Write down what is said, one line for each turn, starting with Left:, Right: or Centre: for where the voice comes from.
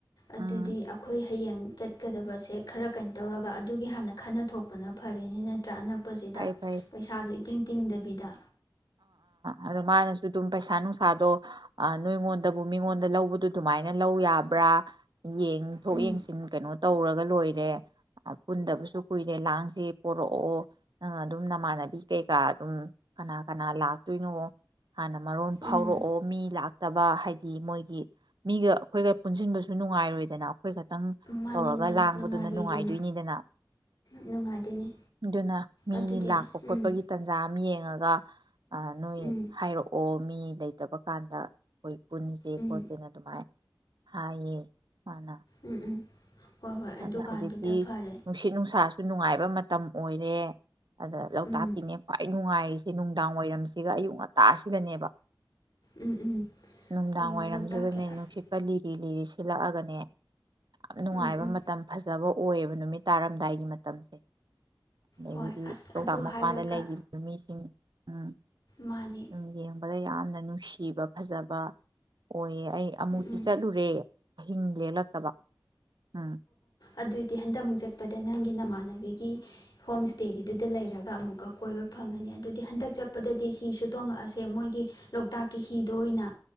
Left: ꯑꯗꯨꯗꯤ
Right: ꯎꯝ
Left: ꯑꯈꯣꯏ ꯍꯥꯌꯦꯡ ꯆꯠꯂꯗꯕꯁꯦ ꯈꯔꯥ ꯀꯔꯤꯅꯣ ꯇꯧꯔꯒ ꯍꯜ ꯈꯟꯅ ꯊꯣꯛꯄꯅꯥ ꯐꯔꯦ ꯅꯥꯠꯔꯥ ꯁꯤꯗ
Right: ꯐꯩ ꯐꯩ
Left: ꯄꯩꯁꯥꯁꯨ ꯏꯇꯤꯡ ꯇꯤꯡꯗꯕꯤꯗ
Right: ꯑꯗꯨ ꯃꯅꯥꯁꯨ ꯑꯗꯨꯝ ꯄꯩꯁꯥ ꯅꯨꯡꯁꯥꯗꯣ ꯑ ꯅꯥꯉꯣꯟꯗꯕꯨ ꯃꯤꯉꯣꯟꯗ ꯂꯧꯕꯗꯨ ꯑꯗꯨꯃꯥꯏꯅ ꯂꯧ ꯌꯥꯕꯔꯥ ꯌꯦꯟ ꯌꯦꯟꯊꯣꯛ
Left: ꯎꯝ
Right: ꯌꯦꯡꯁꯤꯟ ꯀꯔꯤꯅꯣ ꯇꯧꯔꯒꯥ ꯂꯣꯏꯔꯦ ꯄꯨꯟꯗꯕꯁꯨ ꯀꯨꯏꯔꯦ ꯂꯥꯪꯁꯤ ꯄꯨꯔꯛꯑꯣ ꯅꯪ ꯑꯗꯨꯝ ꯅꯃꯥꯟꯅꯥꯕꯤ ꯀꯩꯒ ꯑꯗꯨꯝ ꯀꯟꯅ ꯀꯅꯥꯅ ꯂꯛꯇꯣꯏꯅꯣ ꯃꯔꯣꯟ ꯐꯥꯎꯔꯛ
Left: ꯎꯝ
Right: ꯑꯣ ꯃꯤ ꯇꯥꯕꯥ ꯍꯥꯏꯗꯤ ꯃꯣꯏꯒꯤ ꯃꯤꯒ ꯑꯈꯣꯏꯒ ꯄꯨꯟꯁꯤꯟꯕꯁꯨ ꯅꯨꯡꯉꯥꯏꯔꯣꯏꯗꯅ ꯇꯪ
Left: ꯃꯥꯅꯤ
Right: ꯇꯧꯔꯥꯒ
Left: ꯃꯥꯅꯤ
Right: ꯂꯥꯡꯕꯗꯨꯅ
Left: ꯅꯨꯡꯉꯥꯏꯔꯣꯏꯗꯣꯏꯅꯤ
Right: ꯅꯨꯡꯉꯥꯏꯗꯣꯏꯅꯤꯗꯅ
Left: ꯅꯨꯡꯉꯥꯏꯗꯣꯏꯅꯤ
Right: ꯑꯗꯨꯅ ꯃꯤ
Left: ꯑꯗꯨꯗꯤ
Right: ꯂꯛꯞ ꯈꯣꯠꯄꯒꯤ
Left: ꯎꯝ
Right: ꯇꯟꯖ ꯑꯃꯥ ꯌꯦꯉꯒ ꯑ ꯅꯣꯏ
Left: ꯎꯝ
Right: ꯍꯥꯏꯔꯛ ꯑꯣ ꯃꯤ ꯂꯩꯇꯕ ꯀꯟꯗ ꯄꯨꯟꯁꯤ
Left: ꯎꯝ
Right: ꯈꯣꯠꯁꯤꯟ ꯑꯗꯨꯝꯃꯥꯏ ꯍꯥꯏ ꯍꯥꯏꯌꯦ ꯃꯥꯟꯅ
Left: ꯎꯝ ꯎꯝ ꯍꯣꯏ ꯍꯣꯏ
Right: ꯍꯥ
Left: ꯑꯗꯨꯀꯥꯟꯗꯨꯗ
Right: ꯍꯧꯖꯤꯛꯇꯤ
Left: ꯐꯔꯦ
Right: ꯅꯨꯡꯁꯤ ꯅꯨꯡꯁꯥ ꯅꯨꯉꯥꯏꯕ ꯃꯇꯝ ꯑꯣꯏꯔꯦ ꯑꯗꯥ ꯂꯣꯀꯇꯥꯛꯀꯤꯅꯦ
Left: ꯎꯝ
Right: ꯈꯨꯋ ꯅꯨꯉꯥꯏꯔꯤꯖꯦ ꯅꯨꯡꯗꯥꯡ ꯋꯥꯏꯔꯝ ꯁꯤꯒ ꯑꯌꯨꯛ ꯉꯟꯇꯥꯁꯤꯒꯅꯤꯕ
Left: ꯎꯝ ꯎꯝ
Right: ꯅꯨꯡꯗꯥꯡ
Left: ꯍꯣꯏꯅꯦ
Right: ꯋꯥꯏꯔꯝꯖꯗ
Left: ꯂꯣꯛꯇꯥꯛꯀꯤ ꯑꯁ
Right: ꯅꯨꯡꯁꯤꯠꯀꯥ ꯂꯤꯔꯦ ꯂꯤꯔꯦ ꯁꯤꯠꯂꯛ ꯑꯒꯅꯦ <unintelligible> ꯑ ꯅꯨꯉꯥꯏꯕ
Left: ꯎꯝ ꯎꯝ
Right: ꯃꯥꯇꯝ ꯐꯖꯕ ꯑꯣꯏꯌꯦꯕ ꯅꯨꯃꯤꯠ ꯇꯔꯝꯗꯥꯏꯒꯤ ꯃꯥꯇꯝꯁꯦ ꯑꯗꯒꯤꯗꯤ
Left: ꯍꯣꯏ ꯑꯁ
Right: ꯂꯣꯛꯇꯛ
Left: ꯑꯗꯨ ꯍꯥꯏꯔꯒ
Right: ꯂꯩꯒꯤꯅꯥ ꯃꯤꯁꯤꯡ ꯑꯝ
Left: ꯃꯥꯅꯤ
Right: ꯑꯝ ꯌꯦꯡꯕꯗ ꯌꯥꯝꯅ ꯅꯨꯁꯤꯕꯥ ꯐꯖꯕ ꯑꯣꯏꯌꯦ ꯑꯦ ꯑꯃꯨꯛꯇ
Left: ꯎꯝ ꯎꯝ
Right: ꯆꯠꯂꯨꯔꯦ ꯑꯍꯤꯟ ꯂꯦꯛꯂꯛꯇꯕ ꯑꯝ
Left: ꯑꯗꯨꯗꯤ ꯍꯟꯗꯛꯃꯨꯛ ꯆꯠꯄꯗ ꯅꯥꯝꯅꯥꯕꯤꯒꯤ ꯍꯣꯃꯦ ꯁꯇꯥꯒꯦ ꯒꯤꯗꯨꯗ ꯂꯩꯔꯒ ꯑꯃꯨꯛꯀꯥ ꯀꯣꯏꯕꯥ ꯐꯪꯂꯅꯤ ꯍꯟꯗꯛ ꯆꯠꯄꯗ ꯍꯤꯁꯨ ꯇꯣꯟꯂꯛ ꯑꯁꯥ ꯃꯣꯏꯒꯤ ꯂꯣꯀꯇꯥꯛꯀꯤ꫰ꯍꯤ ꯗꯣ ꯑꯣꯏꯅ